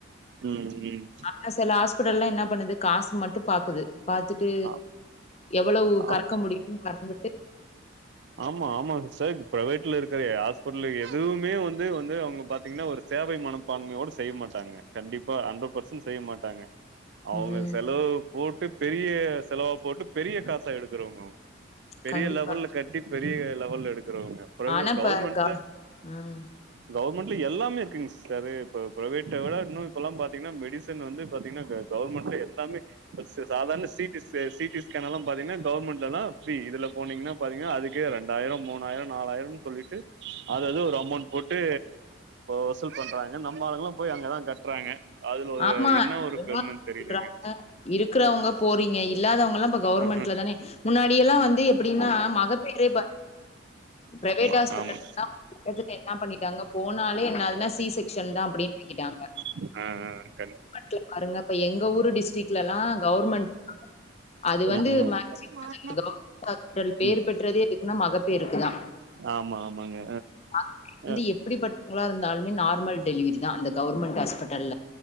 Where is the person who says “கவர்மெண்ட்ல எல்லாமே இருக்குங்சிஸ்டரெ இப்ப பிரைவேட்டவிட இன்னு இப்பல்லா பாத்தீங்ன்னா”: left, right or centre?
Right